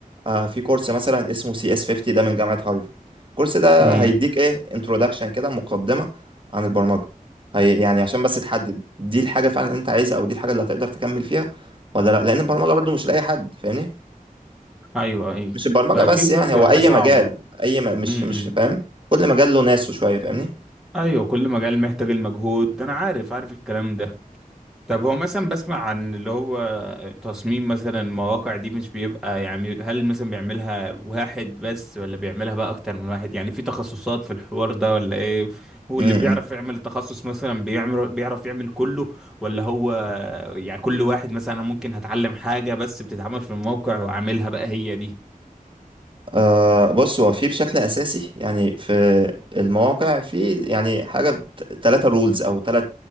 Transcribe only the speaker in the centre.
امم
ايوه ايوه
ده
اكيد
برضو
هي حاجه
صعبه
امم
ايوه كل مجال محتاج المجهود ده انا عارف عارف الكلام ده طب هو مثلا بسمع عن اللي هو تصميم مثلا المواقع دي مش بيبقى يعني هل مثلا بيعملها واحد بس ولا بيعملها بقى اكتر من واحد يعني في تخصصات في الحوار ده ولا ايه هو
اللي بيعرف يعمل تخصص مثلا بيعمل بيعرف يعمل كله ولا هو يعني كل واحد مثلا ممكن هتعلم حاجة بس بتتعمل في الموقع وعاملها بقى هي دي